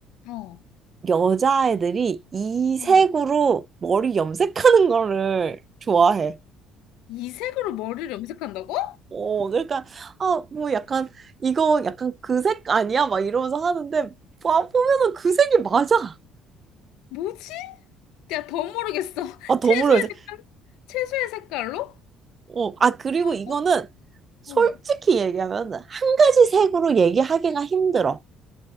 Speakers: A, on the left (about 85°); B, on the right (about 25°).
A: 어,
B: 여자애들이 이색으로
A: 어.
B: 머리 염색하는 거를 좋아해.
A: 이 색으로 머리를 염색한다고?
B: 어, 그러니까, 아, 뭐 약간, 이거 약간 그 색 아니야? 막 이러면서 하는데, 봐- 보면은 그 색이 맞아.
A: 뭐지? 야, 더 모르겠어. <laughs>
B: 아, 더물어
A: 채소의
B: 이제.
A: 색깔? 채소의 색깔로?
B: 어, 아, 그리고
A: 어,
B: 이거는 솔직히
A: 어.
B: 얘기하면 한 가지 색으로 얘기하기가 힘들어.